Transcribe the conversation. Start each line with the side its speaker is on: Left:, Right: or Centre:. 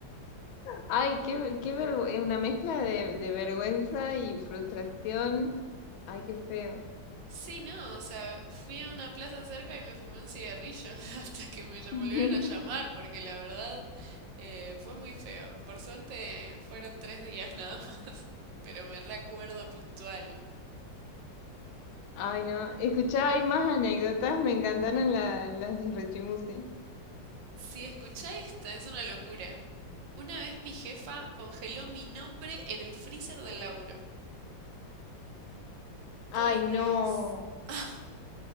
Left: Ay, qué, qué vergüenza. Una mezcla de, de vergüenza y frustración. Ay, qué feo.
Right: Sí, no, o sea, fui a una plaza cerca y me fumé un cigarrillo <laughs> hasta que me ll-
Left: <laughs>
Right: volvieron a llamar porque la verdad eh, fue muy feo. Por suerte fueron tres días nada más, <laughs> pero me recuerdo puntual.
Left: Ay, no. Escuchá, hay más anécdotas. Me encantaron la- las de Rechimusi.
Right: Si escuchá esta, es una locura. Una vez mi jefa congeló mi nombre en el freezer del laburo.
Left: Ay,
Right: Por
Left: no.
Right: Dios. <laughs>